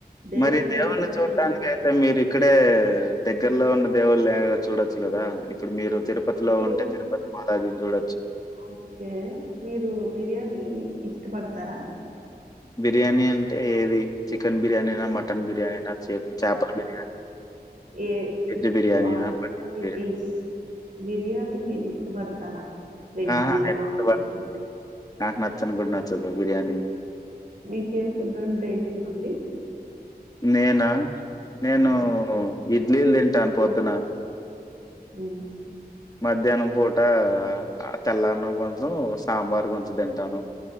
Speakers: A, on the right (about 55°); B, on the left (about 25°).
A: దేవుణ్ణి
B: మరి దేవుని
A: చూడ్డానికి
B: చూడనికి
A: వెళ్తున్నా
B: అయితే మీరు ఇక్కడే దగ్గరలో ఉండే దేవుళ్ళ చూడచ్చు కదా ఇప్పుడు మీరు తిరుపతిలో
A: మీరు
B: ఉంటే తిరుపతి మారాజుని చూడ
A: ఓకే మీరు బిర్యానీ ఇష్టపడతారా
B: బిర్యానీ అంటే ఏది చికెన్ బిర్యానీన మటన్ బిర్యానీనా చెప్ చాప బిర్యానీ
A: ఏ
B: వెజ్ బిర్యానీనా?
A: వాట్
B: paneer
A: Ever it
B: biryani
A: is biryani మీరు ఇష్టపడతారా వెజ్జ్
B: ఆహా! నేను
A: నాన్
B: ఇష్టపడనండి.
A: వెజ్
B: నాకు నచ్చను కూడా నచ్చదు బిర్యానీ
A: మీకే ఫుడ్ అంటే ఇష్టం అండి
B: నేనా నేను
A: ఆ,
B: ఇడ్లీలు తింటాను పొద్దున
A: ఉమ్మ్
B: మధ్యాహ్నం పూట తెల్లన్నం కొంచెం సాంబార్ కొంచెం తింటాను